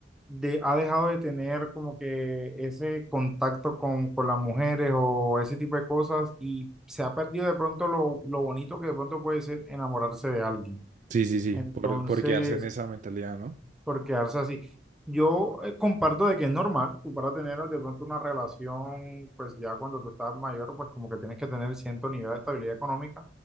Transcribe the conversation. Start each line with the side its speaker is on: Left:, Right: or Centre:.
Centre: de- ha dejado de tener como que ese contacto con, con las mujeres o ese tipo de cosas y se ha perdido de pronto lo, lo bonito que de pronto puede ser enamorarse de alguien.
Right: Sí, sí, sí,
Centre: Entonces,
Right: por, por quedarse en esa mentalidad, ¿no?
Centre: por quedarse así. Yo eh, comparto de que es normal, tú para tener de pronto una relación, pues ya cuando tú estás mayor, pues como que tienes que tener cierto nivel de estabilidad económica,